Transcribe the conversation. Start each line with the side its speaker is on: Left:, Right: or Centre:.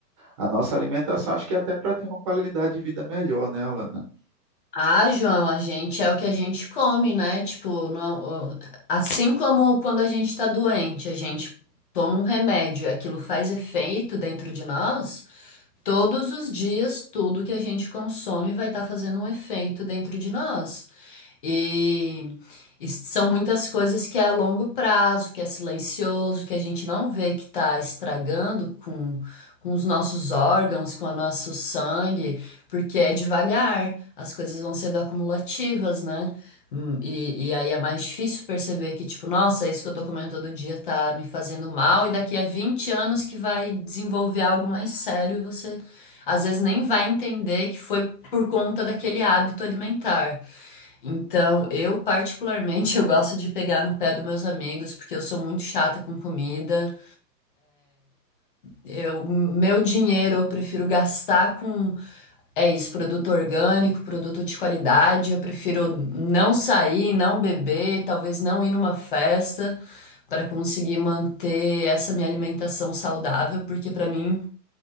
Right: a nossa alimentação, acho que até para ter uma qualidade de vida melhor, né, Alana?
Left: Ah, João, a gente é o que a gente come, né? Tipo, não- é o- assim como quando a gente tá doente, a gente toma um remédio, e aquilo faz efeito dentro de nós. Todos os dias, tudo que a gente consome vai estar fazendo um efeito dentro de nós. E, e são muitas coisas que é a longo prazo, que é silencioso, que a gente não vê que está estragando com, com os nossos órgãos, com o nosso sangue, porque é devagar, as coisas vão sendo acumulativas, né? Hum, E, e aí é mais difícil perceber que, tipo, nossa, isso que eu tô comendo todo dia tá me fazendo mal, e daqui a 20 anos que vai desenvolver algo mais sério, e você às vezes nem vai entender que foi por conta daquele hábito alimentar. Então, eu particularmente <laughs> eu gosto de pegar no pé dos meus amigos porque eu sou muito chata com comida. Eu, meu dinheiro eu prefiro gastar com é isso, produto orgânico, produto de qualidade. Eu prefiro não sair, não beber, talvez não ir numa festa para conseguir manter essa minha alimentação saudável, porque para mim